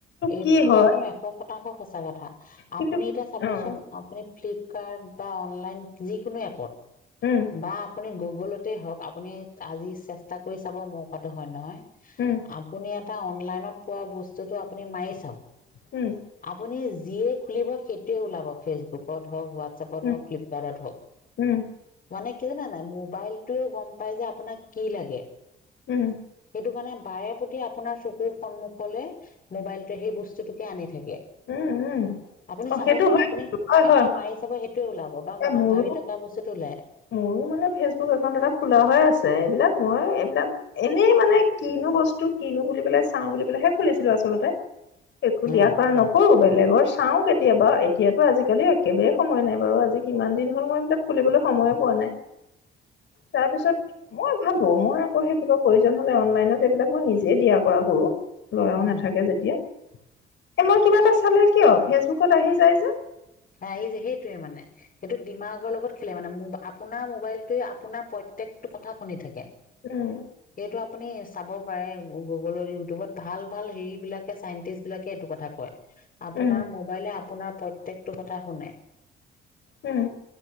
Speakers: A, on the left; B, on the left.
A: এইটো
B: কি হয়
A: একদম শতাংশ সঁচা কথা আপুনি
B: কিন্তু
A: এতিয়া চাবচোন
B: অ'
A: আপুনি ফ্লিপকাৰ্ড বা অনলাইন। যিকোনো এপত
B: উম,
A: বা আপুনি গুগলতে হওক, আপুনি আজি চেষ্টা কৰি চাব মোৰ কোৱাটো হয় নে নহয়।
B: উম।
A: আপুনি এটা অনলাইনত পোৱা বস্তুটো আপুনি মাৰি চাওঁক।
B: উম।
A: আপুনি যিয়ে খুলিব সেইটোৱে ওলাব, ফেচবুকত হওক, ৱা- হোৱাটছপত
B: উম,
A: হওক, ফ্লিপকাৰ্ডত হওক,
B: উম,
A: মানে কি জানা নে নাই, মোবাইলটোৱে গম পাই যে আপোনাক, কি লাগে।
B: উম।
A: সেইটো কাৰণে বাৰেপ্ৰতি আপোনাৰ চকুৰ সন্মুখলে, মোবাইলটো সেই বস্তুটোকে আনি থাকে।
B: উম উম।
A: আপুনি
B: অ'
A: চাবচোন
B: সেইটো হয়
A: আপুনি
B: কিন্তু হয়, হয়,
A: এটা মাৰি চাব, সেইটোৱে ওলাব
B: হয়,
A: বা মনত
B: মোৰো
A: ভাবি থকা বস্তুটো ওলায়।
B: মোৰো মানে ফেচবুক একাউণ্ট এটা খোলা হৈ আছে। এইবিলাক মই এইবিলাক, এনেই মানে কিনো বস্তু কিনো বুলি পেলাই চাওঁ বুলি পেলাইহে খুলিছিলো আচলতে। একো
A: অ
B: দিয়া। কৰা নকৰো, বেলেগৰ চাও কেতিয়াবা। এতিয়াতো আজিকালি একেবাৰে সময় নাই বাৰু আজি কিমান দিন হ'ল মই এইবিলাক। খুলিবলৈ সময়ে পোৱা নাই। তাৰপিছত মই ভাবো মই আকৌ সেই কিবা প্ৰয়োজন হলে, অনলাইনত এইবিলাক মই নিজে দিয়া কৰা কৰো। লৰাও
A: উম
B: নাথাকে যেতিয়া। এ মই কিবা এটা চালে কিয় ফেচবুকত আহি যায় যে?
A: আহি যায়, সেইটোৱে মানে। সেইটো ডিমাগৰ লগত খেলে মানে। আপোনাৰ মোবাইলটোৱে আপোনাৰ প্ৰত্যেকটো কথা শুনি থাকে।
B: উম।
A: সেইটো আপুনি চাব পাৰে, গুগলত ইউটিউবত ভাল ভাল হেৰি বিলাকে চাইণ্টিষ্ট বিলাকে এইটো কথা কয় আপোনাৰ
B: উম
A: মোবাইলে আপোনাৰ প্ৰত্যেকটো কথা শুনে।
B: উম।